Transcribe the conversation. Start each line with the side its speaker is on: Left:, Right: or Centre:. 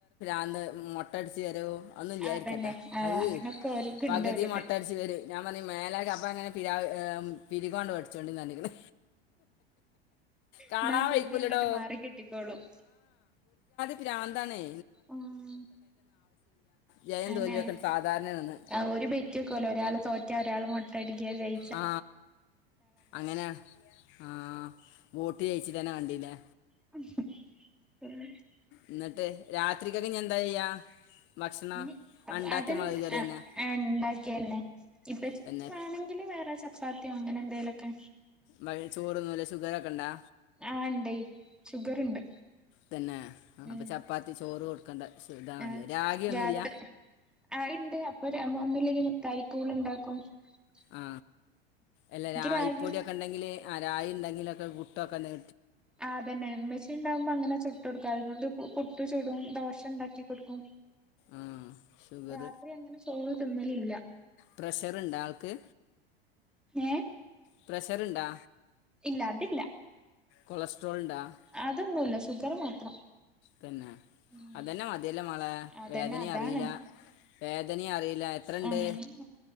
Left: ആന്ന് മുട്ടടിച്ച് തരുോ ഒന്നും വിചാരിക്കണ്ടാ
Centre: അതന്നെ ആഹ്
Left: അത്
Centre: അങ്ങനൊക്കെ ഓര്ക്ക്ണ്ട്
Left: പകുതി
Centre: ഒരിത്
Left: മൊട്ടച്ചെവരും ഞാൻ പറഞ്ഞ മേലാ ചപ്പാങ്ങനെ ഫരി <unintelligible> പിരികാണ് വടിച്ചുകൊണ്ടെ നനക്കണ് കാണാൻ
Centre: എന്നാ പുതിയ
Left: വയ്ക്കൂലടോ
Centre: അങ്ങട്ട് മാറിക്കി ട്ടിക്കോളും
Left: പിരാന്താണേ
Centre: ഉം
Left: ജയം
Centre: അനെ
Left: തോൽവിയൊക്കെ സാധാരണയാണ്
Centre: ആ ഒരു ബെറ്റിക്കോല ഒരാൾ തോറ്റ ഒരാൾ മുട്ടടിക്ക ജയി
Left: ആ അങ്ങനെ ആ വോട്ട് ജയിച്ച തന്നെ വണ്ടീലെ
Centre: ഉ <unintelligible>
Left: എന്നിട്ട് രാത്രിക്കൊക്കെ ഇ എന്താ ചെയ്യാ ഭക്ഷണം
Centre: ഇ
Left: ഉണ്ടാക്കിയ
Centre: അതിനെ
Left: മുളക് കറി തന്നെ
Centre: ഉണ്ടാക്കിയല്ലേ ഇപ്പ ചുടുവാണെങ്കിലും
Left: പിന്നെ
Centre: വേറെ ചപ്പാ സാത്യം അങ്ങനെ എന്തേലും ഒക്കെ
Left: വൈ ചോറൊന്നുമില്ല ഷുഗർ ഒക്കെ ഉണ്ടോ
Centre: ആ ഉണ്ട് ഷുഗർ ഉണ്ട്
Left: തന്നെ ആ
Centre: ഉ
Left: അപ്പോൾ ചപ്പാത്തി ചോറ് കൊടുക്കേണ്ട ഇതാണല്ലേ
Centre: ആ
Left: രാഗിയൊന്നുമില്ല
Centre: രാത്രി ആ ഇണ്ട് അപ്പൊ വന്നില്ലെങ്കിൽ കൈക്കു ളുണ്ടാക്കും കുഓ <unintelligible>
Left: ആ അല്ല രായിപ്പൊടിയൊക്കെ
Centre: രാഗി
Left: ഉണ്ടെങ്കില് ആ രായി ഇ ണ്ടെങ്കിലൊക്കെ ഗുട്ടൊക്കെ നീ
Centre: ആ അതന്നെ ഇ മ്മെച്ചി ഉണ്ടാവുമ്പോ അങ്ങനെ ചൊട്ടെ ടുക്ക അതോണ്ടും പുട്ടു ചുടും ദോശ് ട്സ് ഉണ്ടാക്കി കൊടുക്കും
Left: ആ ഷുഗർ
Centre: രാത്രി അങ്ങനെ ചോറ് തിന്നു ഇല്ല
Left: പ്രഷറുണ്ടോ ആൾക്ക്
Centre: ഏ
Left: പ്രസറുണ്ടോ
Centre: ഇല്ല അതില്ല
Left: കൊളസ്ട്രോൾ ഉണ്ടോ
Centre: അതൊന്നുമില്ല ഷുഗർ മാത്രം
Left: തന്നെ
Centre: ഉം
Left: അതന്നെ മതിയല്ല മോളെ
Centre: അതന്നെ
Left: വേദന
Centre: അതാണ്
Left: അറിയില്ല വേദനയും അറിയില്ല എത്ര ഇണ്ട്
Centre: ഒന്നും